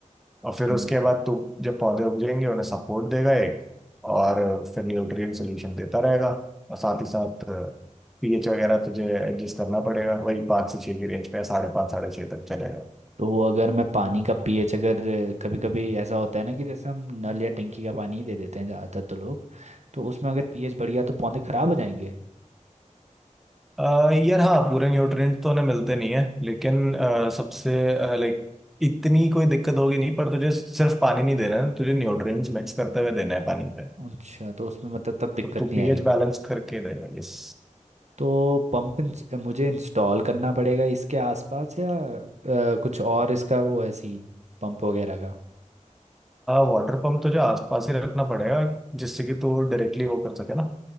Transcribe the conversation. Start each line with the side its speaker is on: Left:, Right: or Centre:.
Centre: और
Right: सम-
Centre: फिर उसके बाद तो जब पौधे उग जाएंगे उन्हें सपोर्ट देगा एक और फिर न्यूट्रिएंट सोल्यूशन देता रहेगा और साथ ही साथ पीएच वगैरह तुझे एडजस्ट करना पड़ेगा वही पाँच से छः की रेंज पे साढ़े पाँच साढ़े छः तक चलेगा
Right: तो अगर मैं पानी का पीएच अगर कभी कभी ऐसा होता है ना कि जैसे हम नल या टंकी का पानी ही दे देते हैं ज़्यादातर तो लोग तो उसमें अगर पीएच बढ़ गया तो पौधे खराब हो जाएंगे
Centre: अ, यार हाँ पूरे न्यूट्रिएंट तो उन्हें मिलते नहीं है लेकिन अ, सबसे लाइक इतनी कोई दिक्कत होगी नहीं पर तुझे सिर्फ पानी नहीं देना है तुझे न्यूट्रिएंट्स मिक्स करते हुए देना है पानी पे
Right: अच्छा तो उसमें मतलब तब दिक्कत
Centre: तो तू
Right: नहीं
Centre: पीएच
Right: आएगी
Centre: बैलेंस करके देगा यस
Right: तो पंप इंस- मुझे इंस्टॉल करना पड़ेगा इसके आसपास या अ, कुछ और इसका वो है सीन पंप वगैरह
Centre: वाटर पंप तुझे आसपास ही रखना पड़ेगा जिससे कि तू डायरेक्टली वो कर सके ना